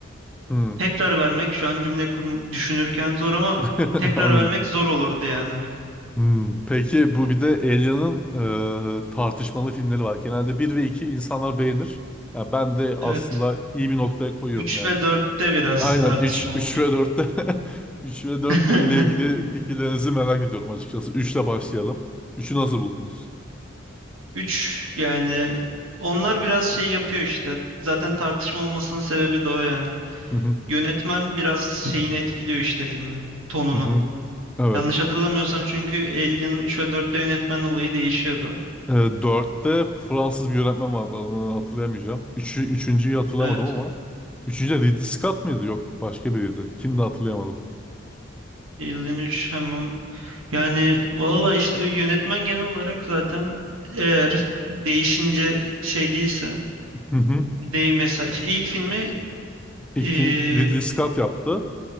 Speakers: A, in the centre; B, on the right.
A: Hı.
B: tekrar vermek şu an cümle kurum düşünürken zor ama
A: <laughs>
B: tekrar
A: Anladım.
B: vermek zor olurdu yani.
A: Hmm, peki bu bir de Alien'ın e, tartışmalı filmleri var. Genelde bir ve 2 insanlar beğenir. Yani ben de aslında
B: Evet
A: iyi bir noktaya koyuyorum
B: 3
A: yani.
B: ve dörtte biraz
A: Aynen
B: tartışma
A: üç,
B: olur.
A: üç ve 4'te <laughs> 3 ve 4
B: <laughs>
A: ile ilgili fikirlerinizi merak ediyorum açıkçası. 3 ile başlayalım. Üçü nasıl buldunuz?
B: Üç yani onlar biraz şey yapıyor işte. Zaten tartışma olmasının sebebi de o yani.
A: Hı hı,
B: Yönetmen biraz şeyini etkiliyor işte filmin tonunu.
A: hı hı. Evet.
B: Yanlış hatırlamıyorsam çünkü Alien'ın 3 ve dörtte yönetmen olayı değişiyordu.
A: E, 4'te Fransız bir yönetmen vardı adını hatırlayamayacağım. 3'ü, 3.'yü hatırlamadım
B: Evet.
A: ama. üçüncü de Ridley Scott mıydı? Yok başka biriydi. Kimdi hatırlayamadım.
B: 53 hemen yani valla işte o yönetmen genel olarak zaten eğer değişince şey değilse
A: <laughs>
B: değil mesela işte ilk filmi
A: İlk
B: eee,
A: film Ridley Scott yaptı.